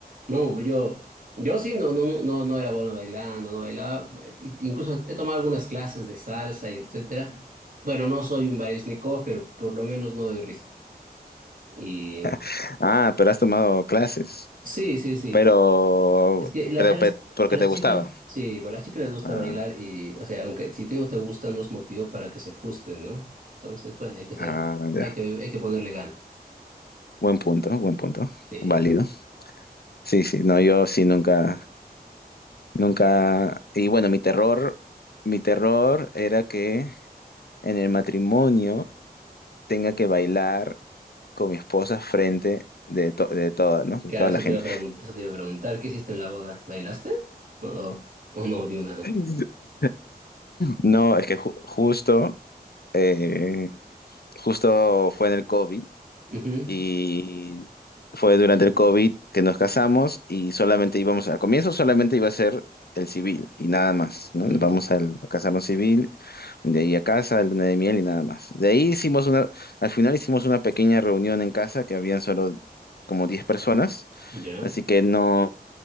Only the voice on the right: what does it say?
No, yo, yo sí, no, no, no, no no era bueno bailando, no bailaba. Bueno, y- Incluso he tomado algunas clases de salsa y etcétera. Bueno, no soy un barísnico, pero por lo menos no doy risa. Y
sí, sí, sí.
Es que la-
a las,
a las
chicas, sí, bueno, a las chicas les gusta
bailar y, o sea, aunque si te no te gusta, no es motivo para que se frustren, ¿no? Entonces, pues hay que ser,
hay que, hay que ponerle ganas.
Sí.
Claro,
eso
te iba a preguntar, eso te iba a preguntar, ¿qué hiciste en la boda? ¿Bailaste? ¿O, o no dio nada?
Ujú,
ujú.
Ya,